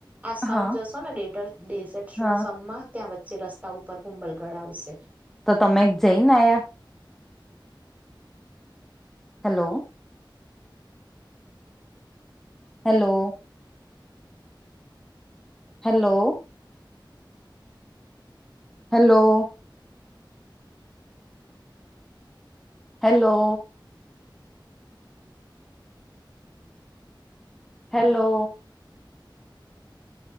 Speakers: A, on the right; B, in the centre.
A: આ સમજશો
B: હા
A: ને ડે ડેઝર્ટ શો
B: હા
A: સમમાં ત્યાં વચ્ચે રસ્તા ઉપર કુંબલગઢ આવશે.
B: તો તમે જઈને આયા? Hello hello hello hello hello hello